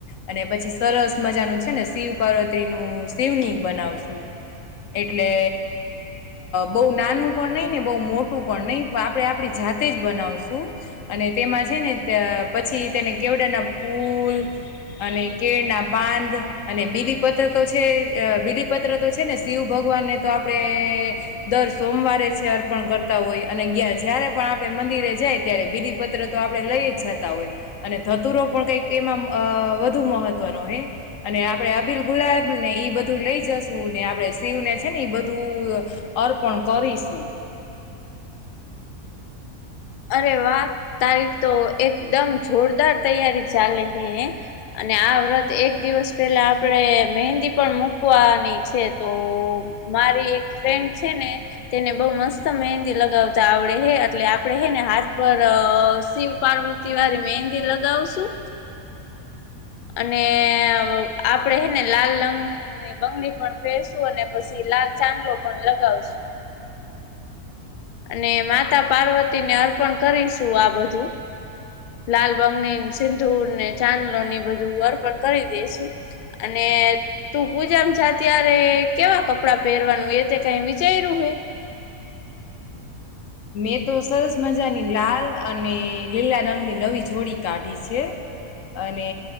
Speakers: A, on the left; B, on the left.
A: અને પછી સરસ મજા નું છે ને શિવ પાર્વત્રી નું શિવનિંગ બનાવશું <inaudible> એટલે બો નાનું પણ નહી ને બો મોટું પણ નહીપણ આપે આપડી જાતે બનાવશું અને તેમાં છે ને પછી તેને કેવડાના ફૂલ અને કેળના બાંધ અને બીલી પત્ર તો છે બીલી પત્ર તો છે ને શિવ ભગવાનને તો આપણે દર સોમવારે છે અર્પણ કરતા હોય અને ગયા જ આપ મંદિરે જાય ત્યારે બિલીપત્ર તો આપણે લઈ જ જતા હોય અને ધતુરો પણ કઈક એમાં વધુ મહત્વનો હે અને આપડે અબીલ ગુલાબને ઈ બધું લઈ જશું આપડે શિવને છે ને એ બધું અર્પણ કરીશું.
B: અરે વાહ તારીખ તો એકદમ જોરદાર તૈયારી ચાલે હે. અને આ વ્રત એક દિવસ પહેલા આપણેે મહેંદી પણ મૂકવાની છે તો મારી એક ફ્રેન્ડ છે ને તેને બઉ મસ્ત મહેંદી લગાવતા આવડે હે એટલે આપડે હે ને હાથ પર શિવ પાર્વતી વાળી મહંદી લગાવશું
A: <inaudible>
B: અને આપડે હેને લાલ રંગની બંગડી પણ ફેરશું અને પછી લાલ ચાંગલો પણ લગાવશું.
A: <inaudible>
B: અને માતા પાર્વતીને અર્પણ કરીશું આ બધું. લાલ બંગની સિંધુરને ચાંદલો ની એ બધ અર્પણ કરી દેશું અને તું પૂજામાં જા ત્યારે કેમ કપડા પહેરવાનું એ તે કઈ વિચાર્યું હોય
A: <inaudible> મેં તો સરસ મજાની લાલ અને લીલા રંગની નવી જોડી કાઢી છે. અને